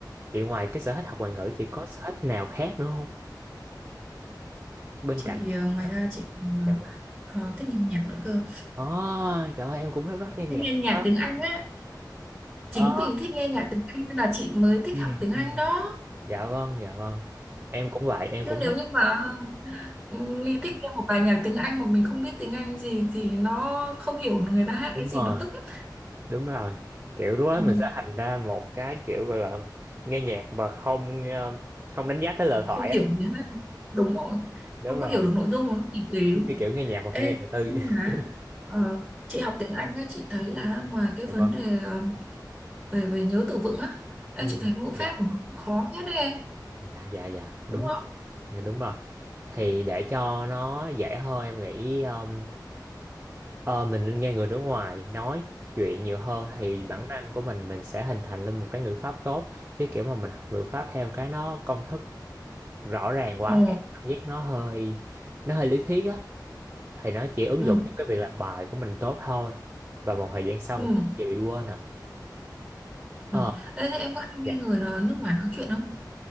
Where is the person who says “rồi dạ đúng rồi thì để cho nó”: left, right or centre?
Right